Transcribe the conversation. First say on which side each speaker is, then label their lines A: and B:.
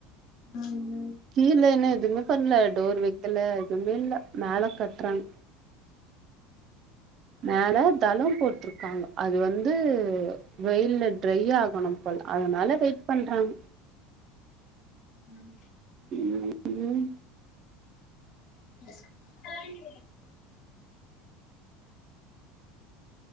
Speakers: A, on the left; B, on the right.
A: ம் ம்
B: கீழ இன்னு எதுமே பண்ணல டோர் வைக்கல எதுமே இல்ல மேல கட்றாங்க
A: <unintelligible>
B: மேல தளோ போட்ருக்காங்க அது வந்து வெயில்ல ட்ரை ஆகணு போல அதுனால வெயிட் பண்றாங்க
A: ம்
B: ம் ம்
A: <unintelligible>